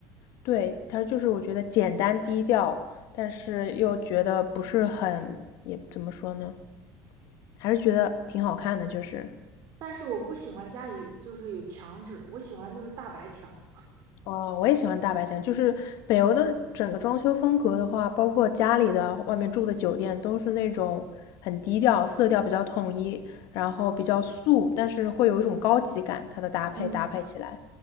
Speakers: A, on the left; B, on the right.
A: 对，它就是我觉得简单低调，但是又觉得不是很，也怎么说呢？还是觉得挺好看的，就是
B: 但是我不喜欢家里就是有墙纸，我喜欢就是大白墙。
A: 哦，我也喜欢大白墙，就是北欧的整个装修风格的话，包括家里的、外面住的酒店，都是那种很低调，色调比较统一，然后比较素，但是会有一种高级感，它的搭配搭配起来，
B: 嗯，